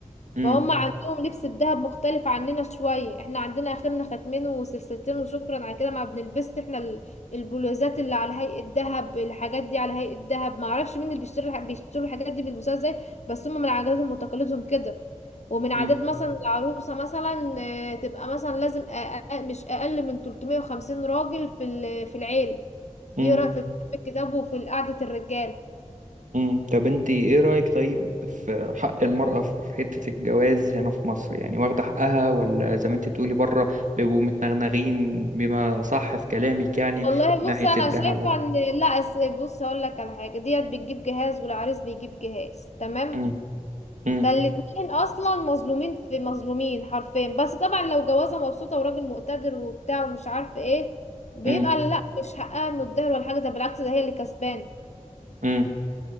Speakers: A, on the right; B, on the left.
A: امم
B: فهم عندهم لبس الدهب مختلف عننا شوية احنا عندنا اخرنا ختمين وسلسلتين وشكرا على كده ما بنلبسش احنا ال- البلوزات اللي على هيئة دهب الحاجات دي على هيئة دهب ما اعرفش مين اللي بيشتري الح- بيشتروا الحاجات دي بيلبسوها ازاي بس هم من عاداتهم وتقاليدهم كده ومن عادات
A: امم
B: مثلا العروسة مثلا آه، تبقى مثلا لازم أقل مش اقل من 350 راجل في ال- في العيلة
A: امم
B: يقرا في كتاب الكتاب وفي قعدة الرجال
A: امم طب انت ايه رأيك طيب في حق المرأة في في حتة الجواز هنا في مصر يعني واخدة حقها ولا زي ما انت بتقولي بره بيبقوا متنغنغين بما صح في كلامك يعني من
B: والله
A: ناحية
B: بص انا
A: الذهب
B: شايفه
A: و-
B: ان لا أس- بص هقول لك على حاجه ديت بتجيب جهاز والعريس بيجيب جهاز تمام
A: امم امم
B: فالاتنين اصلا مظلومين في مظلومين حرفيا بس طبعا لو جوازه مبسوطه وراجل مقتدر وبتاع ومش عارف ايه بيبقى
A: امم
B: لا مش حقها متدهور ولا حاجه ده بالعكس ده هي اللي كسبانه
A: امم